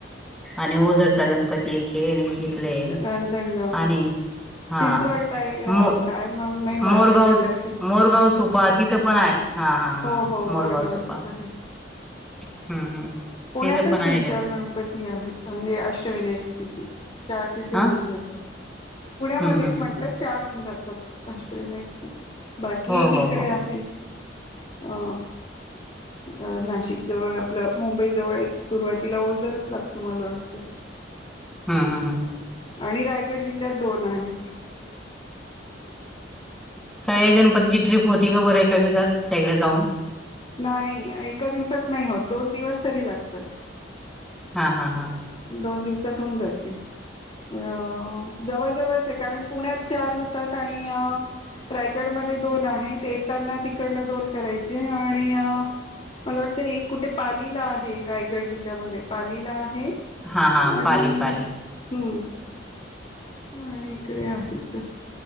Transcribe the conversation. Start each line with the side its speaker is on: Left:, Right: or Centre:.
Centre: आणि ओझरचा गणपती एक आहे. आणि इथले आहे.
Left: रांजणगाव
Centre: आणि हा
Left: चिंचवडला आहे,
Centre: मो
Left: काय मग नाही माझंही
Centre: मोरगाव
Left: ना लक्षात
Centre: मोरगाव सोपा तिथं पण आहे. हा हा हा
Left: हो हो
Centre: मोरगाव
Left: मोरगावचं
Centre: सो, हम्म
Left: पण आहे
Centre: हम्म.
Left: पुण्यातच
Centre: तिथं पण आहे
Left: तीन चार गणपती आहेत म्हणजे अष्टविनायक पैकी चार तिथेच
Centre: हा
Left: होऊन जातात. पुण्यामध्येच
Centre: हम्म हम्म
Left: म्हटलं
Centre: हम्म
Left: चार होऊन जातात. अष्टविनायक पैकी, बाकी
Centre: हो
Left: एक इकडे
Centre: हो हो
Left: आहे अ अ नाशिक जवळ आपलं मुंबई जवळ एक सुरुवातीला ओझरच लागतो मला वाटतय.
Centre: हम हम हम
Left: आणि रायगड जिल्ह्यात दोन आहेत.
Centre: सगळ्या गणपतीची ट्रिप होती का बरं एका दिवसात, सगळीकड जाऊन.
Left: नाही एका दिवसात नाही होत दोन दिवस तरी लागतात.
Centre: हा हा हा
Left: दोन दिवसात होऊन जाते. अ जवळजवळच आहे कारण पुण्यात चार होतात आणि अ- रायगडमध्ये दोन आहेत येताना तिकडनं दोन करायचे आणि- मला वाटतं एक कुठे पालीला आहे रायगड जिल्ह्यामध्ये पालीला आहे.
Centre: हा हा
Left: आणि
Centre: पाली पाली
Left: हु आणि इकडे आहेत